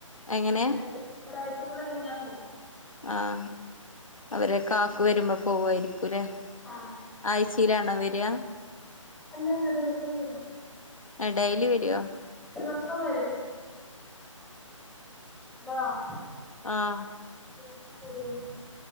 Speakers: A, on the left; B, in the centre.
A: എങ്ങനെ
B: ഒരാഴ്ച ഒരയച്ചേക്കൂടെ കയിഞ്ഞ പോവും.
A: ആഹ അവരെ കക്കു വരുമ്പോ പോവായിരിക്കൂല്ലേ
B: ആ
A: ആയി തീരാണോ വര്യ
B: അല്ലല്ല ദിവസവും വരും.
A: ആ ഡെലി വരോ
B: ദിവസവും വരും <unintelligible>
A: ആഹ്
B: ദിവസം വരും.